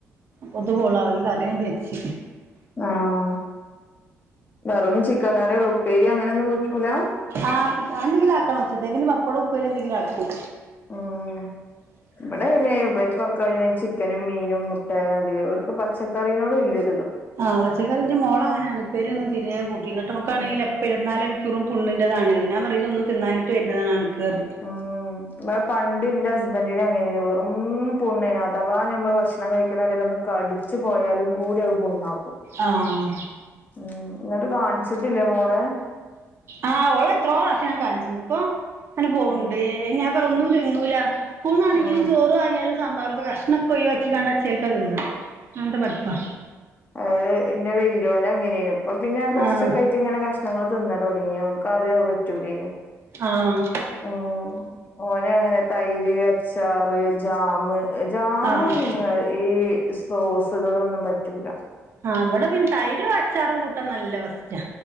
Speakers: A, on the right; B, on the left.
A: പെതു പോള കറിയാണ്ട് വേച്ച്
B: ആഹ്. വെറും ചിക്കക്കറിയൊള്ളൂ. ഉപ്പേരി അങ്ങനെന്നും വെക്കൂലാ?
A: ആഹ് അ അന്തെങ്കിലാക്കണം. ഉച്ചത്തേക്കിനി പപ്പടും, ഉപ്പേരി എന്തെങ്കിലും ആക്കും.
B: ആഹ് ഇപടെ ഏ വെൽക്കൊക്കെ യിന് ചിക്കനും, മീനും, മുട്ടാ തി. ഓൽക്ക് പച്ചക്കറിനോട് വെല്യെ
A: ആഹ്. പച്ചക്കറിൻ്റിം മോളങ്ങനാണ് പ്പേരിന്നും തീരെകൂട് ഇന്നട്ട് നോക്കാണെങ്കിൽ
B: ഉം
A: എപ്പയും ഇരുത്തിനാല് മണിക്കൂറും പുണ്ണിന്റെത് ആണ് ഞാൻ പറയും ഇജ് ഒന്ന് തിനാഞിട്ട് വരുന്നതാണ് അൻക്ക് പറയും
B: ആഹ് വടെ പണ്ട് ന്റെ ഹസ്ബന്റിനെ ങ്ങനെയെ വെറും പുണ്ണൈയ്ന്. അതവാ ഞമ്മള് ഭക്ഷണംകഴിക്കുന്ന എടേലൊന്ന് കടിച്ച് പോയാലും കൂടി അഅ് പുണ്ണാക്കും.
A: ആഹ്
B: ഉം. ന്നട്ട് കാണിച്ചിട്ടില്ലേ മോളെ?
A: ആഹ് ഓളെ ത്രോറാഷ്യം ഞാ കാണിച്ച്ണ്. പ്പൊ ങ്ങനെപോവ്ണ്ട്.
B: ഉം
A: ഞാപറ ഒന്നുംതിന്നൂല. സ്കൂൾന്നാണെങ്കിലും
B: ആഹ്
A: ചോറ് വാങ്ങിയാലും സാമ്പാറ്ത്തെ കഷ്ണൊക്കെ ഒഴിവാക്കികാണ്ട് അച്ചേൽക്കാതിന്ന അങ്ങൻത്ത പഠിപ്പാ
B: അഹ് ഇന്റെ വെല്യോന് അങ്ങനേന്നു ഇപ്പ പിന്നെ അഹ് കൊറച്ചൊക്കാ
A: ആഹ്
B: ച്ച്ങ്ങനെ കഷ്ണങ്ങള് തിന്നലൊടങ്ങി ഓൻക്ക് ആദ്യം അഹ് പറ്റൂലേനു
A: ആഹ്
B: ഉം ഓനുങ്ങനെ തൈര്, അച്ചാറ്, ജാമ് ജാമ്
A: ആഹ്
B: പിന്നിം കൊ ഈ സോസ്കളൊന്നും പറ്റൂല
A: ആഹ് ഇവടെ പിന്നെ തൈരും, അച്ചാറും കൂട്ടാൻ നല്ല ഫസ്റ്റാ